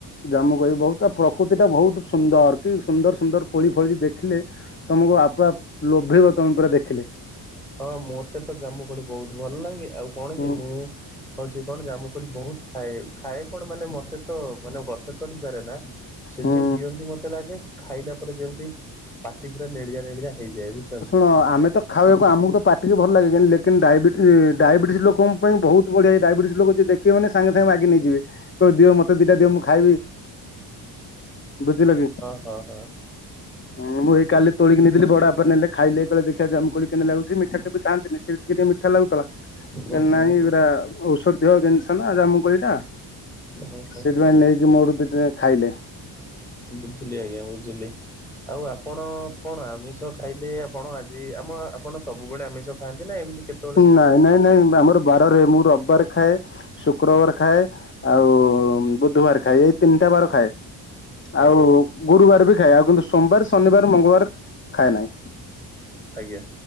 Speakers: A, on the left; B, in the centre.
A: ଜାମୁ କୋଳି ବହୁତ ତା ପ୍ରକୃତି ଟା ବହୁତ ସୁନ୍ଦର କି ସୁନ୍ଦର ସୁନ୍ଦର କୋଳି ଫଳିଛି ଦେଖିଲେ। ତମକୁ ଆପା ପ ଲୋଭେଇବ ତମେ ପୁରା ଦେଖିଲେ।
B: ହଁ ମୋତେ ତ ଜାମୁକୋଳି ବହୁତ ଭଲ ଲାଗେ ଆଉ କଣ
A: ହୁଁ
B: କି ମୁଁ ହଉଛି କଣ ଜାମୁକୋଳି ବହୁତ ଖାଏ, ଖାଏ କଣ ମାନେ ମତେ ତ ମାନେ ଗଛ ଚଢିପାରେ ନା ସେ
A: ହୁଁ
B: ଯିଏ ଦିଅନ୍ତି ମତେ ଲାଗେ ଖାଇଲା ପରେ ଯେମିତି ପାଟି ପୁରା ନେଳିଆ ନେଳିଆ ହେଇଯାଏ ବୁଝିଛନ୍ତି?
A: ହଁ ଆମେ ତ ଖାଇବାକୁ ଆମକୁ ତ ପାଟିକି ଭଲ ଲାଗେ ବି ଲେକିନ ଡାଇବେଟି ଡାଇବେଟିସ୍ ଲୋକଙ୍କ ପାଇଁ ବହୁତ ବଢ଼ିଆ ଡାଇବେଟିସ୍ ଲୋକ ଯଦି ଦେ କିଏ ମାନେ ସାଙ୍ଗେ ସାଙ୍ଗେ ମାଗି ନେଇଯିବେ କହିବେ ଦିଅ ମତେ ଦିଟା ଦିଅ ମୁଁ ଖାଇବି। ବୁଝିିଲକି?
B: ଓ ହଁ।
A: ହଁ ମୁଁ ଏଇ କାଲି ତୋଳିକି ନେଇଥିଲି ବଡ଼ବାପା ନେଲେ ଖାଇଲେ କହିଲେ ଦେଖିଆ ଜାମୁକୋଳି କେମିତି ଲାଗୁଚି ମିଠା କେବେ ଖାନ୍ତିନି ସେ ବି ଟିକେ ମି ଇଠା ଲାଗୁଥିଲା,
B: ହୁଁ
A: ହେ
B: ହୁଁ
A: ନାହି ଏଗୁଡା ଔଷଧୀୟ ଜିନିଷ ନା ଜାମୁକୋଳିଟା।
B: ହୁଁ ହୁଁ
A: ସେଇଥିପାଇଁ ନେଇକି ମୋଠୁ ଦିଟା ଖାଇଲେ।
B: ବୁଝିଲି ଆଜ୍ଞା ବୁଝିଲି ଆଉ ଆପଣ କଣ ଆମିଷ ଖା ଖାଇଲେ ଆପଣ ଆଜି ଆମ ଆପଣ ସବୁବେଳେ ଆମିଷ ଖାଆନ୍ତି ନା ଏମିତି କେତେ?
A: ନାଇଁ ନାଇଁ ନାଇଁ ଆମର ବାରରେ ମୁଁ ରବିବାର ଖାଏ। ଶୁକ୍ରବାର ଖାଏ ଆଉ ବୁଧବାର ଖାଏ ଏଇ ତିନିଟା ବାର ଖାଏ।
B: ଆଜ୍ଞା
A: ଆଉ ଗୁରୁବାର ବି ଖାଏ ଆଉ କିନ୍ତୁ ସୋମବାର ଶନିବାର ମଙ୍ଗଳବାର ଖାଏ ନାହିଁ।
B: ଆଜ୍ଞା